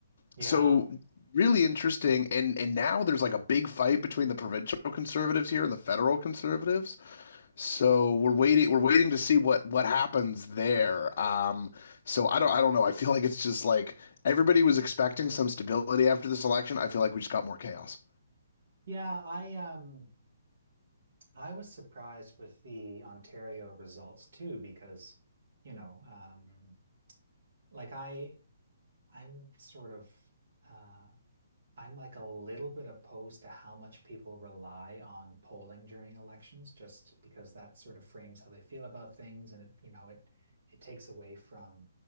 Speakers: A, on the right; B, on the left.
A: Yeah.
B: so really interesting and and now there's like a big fight between the provincial conservatives here and the federal conservatives so we're waiting we're waiting to see what what happens there um so i don't i don't know i feel like it's just like everybody was expecting some stability after this election i feel like we just got more chaos
A: Yeah, I um I was surprised with the Ontario results too because, you know, um like I I'm sort of uh I'm like a little bit opposed to how much people rely on polling during elections, just because that sort of frames how they feel about things, and it, you know, it it takes away from